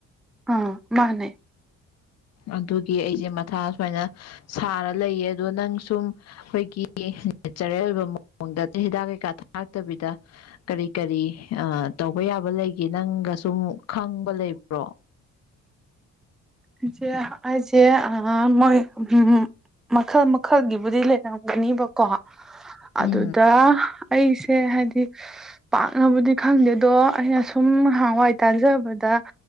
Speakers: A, in the centre; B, on the left.
A: ꯑ ꯃꯥꯅꯦ
B: ꯑꯗꯨꯒꯤ ꯑꯩꯁꯦ ꯃꯊꯥ ꯁꯨꯃꯥꯏꯅ ꯁꯥꯔ ꯂꯩꯌꯦ ꯑꯗꯣ ꯅꯪ ꯁꯨꯝ ꯑꯈꯣꯏꯒꯤ ꯅꯦꯆꯔꯦꯜ ꯑꯣꯏꯕ ꯃꯑꯣꯡꯗ ꯇꯤꯜ ꯍꯤꯗꯥꯛ ꯀꯩꯀꯥ ꯊꯥꯛꯇꯕꯤꯗ ꯀꯔꯤ ꯀꯔꯤ ꯇꯧꯕ ꯌꯥꯕ ꯂꯩꯒꯦ ꯅꯪꯒ ꯁꯨꯝ ꯈꯪꯕ ꯂꯩꯕ꯭ꯔꯣ
A: ꯑꯩꯁꯦ ꯑꯩꯁꯦ ꯑ ꯃꯣꯏ ꯎꯝ ꯃꯈꯜ ꯃꯈꯜꯒꯤꯕꯨꯗꯤ ꯂꯩꯔꯝꯒꯅꯤꯕꯀꯣ
B: ꯎꯝ
A: ꯑꯗꯨꯗ ꯑꯩꯁꯦ ꯍꯥꯏꯗꯤ ꯄꯥꯛꯅꯕꯨꯗꯤ ꯈꯪꯗꯦ ꯑꯗꯣ ꯑꯩꯅ ꯁꯨꯝ ꯅꯍꯥꯟꯋꯥꯏ ꯇꯥꯖꯕꯗ